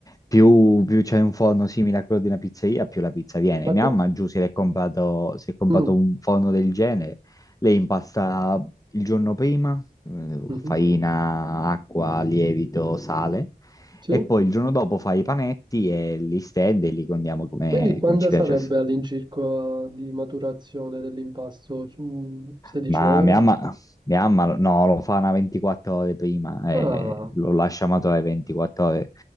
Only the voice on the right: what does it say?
Ma
tu?
Mm,
mhm,
Sì.
Quindi quando
sarebbe all'incirca di maturazione dell'impasto? Mm, 16
ore?
Ah,